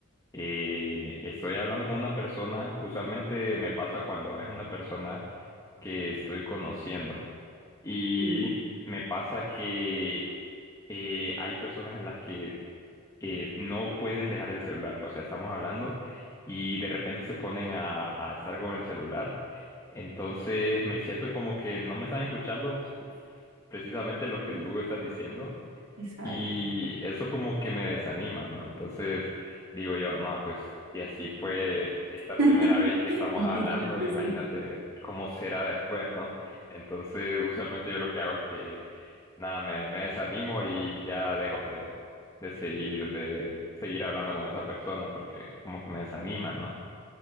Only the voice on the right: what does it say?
Sí,
sí,
exacto.
<laughs>
Imagínate,
sí.